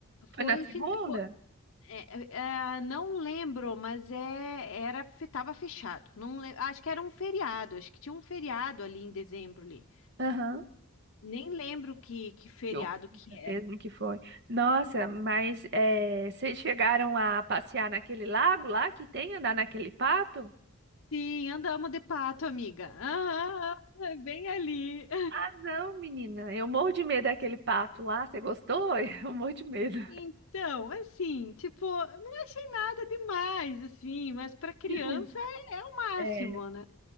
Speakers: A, on the left (about 70°); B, on the right (about 50°).
A: Foi,
B: Foi na segunda?
A: fin- fo- é, é, é, não lembro, mas é, era, fe- tava fechado. Não, le- acho que era um feriado, acho que tinha um feriado ali em dezembro ali.
B: Aham.
A: Nem lembro que, que feriado
B: Que horror
A: que era.
B: mesmo que foi. Nossa, mas é, vocês chegaram a passear naquele lago lá que tem, andar naquele pato?
A: Sim, andamos de pato, amiga. Ah, é bem ali. <laughs>
B: <laughs> não, menina, eu morro de medo daquele pato lá, você gostou? <laughs> Eu morro de medo.
A: Então, assim, tipo, não achei nada demais, assim, mas para criança
B: <laughs>
A: é, é o máximo,
B: É,
A: né?